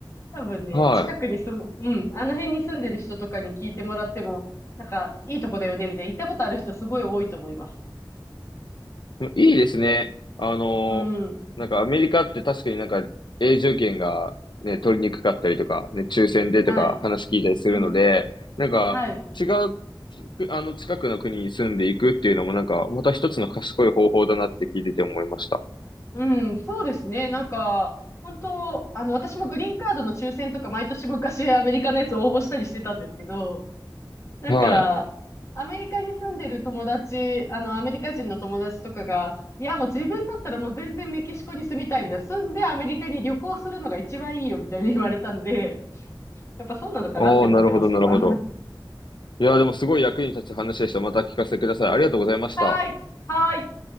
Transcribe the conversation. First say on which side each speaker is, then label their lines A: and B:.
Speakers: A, on the left; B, on the left.
A: 多分ね、
B: い。はい。
A: 近くに住む、うん、あの辺に住んでる人とかに聞いてもらっても、なんか、いいとこだよね、みたいな。行ったことある人すごい多いと思います。
B: いいですね。あの、
A: うん。
B: なんかアメリカって確かになんか永住権がね、取りにくかったりとか、ね、抽選でとか話聞いたりするので、
A: はい。うん。
B: なんか違う、
A: はい。
B: ちくあの近くの国に住んでいくっていうのもなんかまた一つの賢い方法だなって聞いてて思いました。
A: うん、そうですね。なんか、本当、あの、私もグリーンカードの抽選とか毎年昔アメリカのやつ応募したりしてたんですけど、なんか、
B: はい。
A: アメリカに住んでる友達、あの、アメリカ人の友達とかが、いや、もう自分だったらもう全然メキシコに住みたいみたいな、住んでアメリカに旅行するのが一番いいよみたいに言われたんで、やっぱそうなのかなって思ってます、
B: おー、なるほど、なるほど。
A: 今。
B: いやー、でもすごい役に立つ話でした。また聞かせてください。
A: <laughs>
B: ありがとうございました。
A: はい。はい。